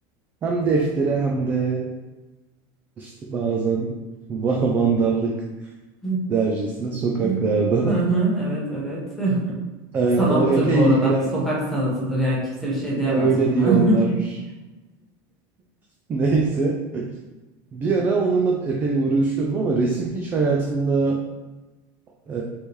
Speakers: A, on the right; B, in the centre.
A: Hem deftere hem de işte bazen <laughs> va- vandallık
B: Hı
A: dercesine sokaklarda.
B: hı. Hı
A: <laughs>
B: hı, Evet evet <laughs>
A: Ee,
B: sanattır
A: o epey
B: bu arada
A: ilgilen
B: sokak sanatıdır yani kimse bir şey diyemez
A: öyle
B: buna.
A: diyorlar.
B: <laughs>
A: <laughs> Neyse. Bir ara onunla epey uğraşıyordum ama resim hiç hayatımda Ee,